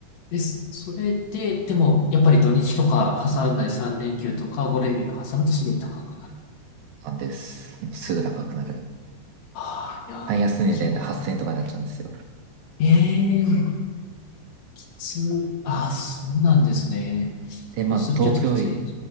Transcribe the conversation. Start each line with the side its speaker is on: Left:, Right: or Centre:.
Left: です。それで、でも、やっぱり土日とか挟んだり3連休とか5連休挟むとすごい高くなる。
Right: なんです。もうすぐ高くなる。
Left: ああ、いやー、
Right: 最安値で8000円とかになっちゃうんですよ。
Left: そっか。ええー、きつ、ああ、そうなんですね。
Right: で、まあ、
Left: それちょっときつい。
Right: 東京駅、